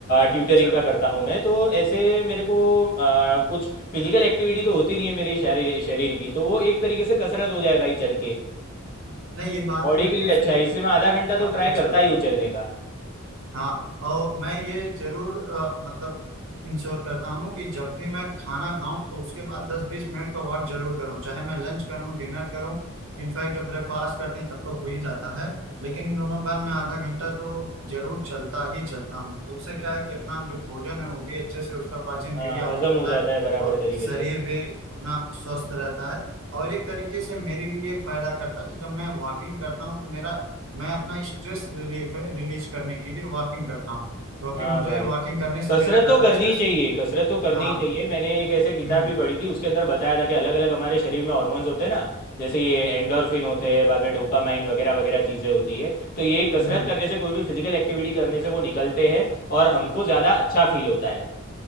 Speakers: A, on the left; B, on the right.
A: ट्यूटरिंग
B: अच्छा
A: का करता हूँ मैं तो ऐसे मेरे को आ, कुछ फिजिकल एक्टिविटी तो होती नहीं है मेरी शरीर शरीर की तो वो एक तरीके से कसरत हो जाए भाई चल के
B: नहीं ये बात
A: बॉडी
B: तो बिल्कुल
A: के लिए अच्छा
B: सही
A: है
B: है
A: इसलिए
B: कि
A: मैं आधा घंटा
B: काफी
A: तो ट्राई
B: अच्छा
A: करता
B: रहता
A: ही हूँ
B: है
A: चलने का
B: हाँ और मैं ये जरूर अ, मतलब इंश्योर करता हूँ कि जब भी मैं खाना खाऊं तो उसके बाद 10-20 मिनट का वॉक जरूर करूँ चाहे मैं लंच करूँ डिनर करूँ इनफैक्ट जब ब्रेकफास्ट करते हैं तब तो हो ही जाता है लेकिन इन दोनों के बाद मैं आधा घंटा तो जरूर चलता ही चलता हूँ तो उससे क्या है
A: हम्म।
B: कि अपना जो भोजन है वो भी अच्छे से उसका पाचन
A: हाँ
B: क्रिया हो
A: हजम
B: जाता
A: हो जाता
B: है
A: है बराबर
B: और
A: तरीके
B: शरीर
A: से
B: भी अपना स्वस्थ रहता है और एक तरीके से मेरे लिए फायदा करता है कि जब मैं वॉकिंग करता हूँ तो मेरा मैं अपना स्ट्रेस रिलीफ है रिलीज करने के लिए वॉकिंग करता हूँ क्योंकि
A: हाँ
B: मुझे
A: भाई
B: वॉकिंग करने से
A: कसरत
B: मेरा ज्यादा
A: तो करनी
B: स्ट्रेस
A: ही चाहिए कसरत तो करनी
B: हाँ
A: ही चाहिए मैंने एक ऐसे किताब
B: हम्म
A: भी पढ़ी थी उसके अंदर बताया था कि अलग अलग हमारे शरीर में हॉर्मोन्स होते हैं ना जैसे ये एंडोर्फिन होते हैं बाद में डोपामाइन वगैरह वगैरह चीज़ें होती है तो ये कसरत
B: हम्म
A: करने से कोई भी फिजिकल एक्टिविटी करने से वो निकलते हैं और हमको ज़्यादा अच्छा फील होता है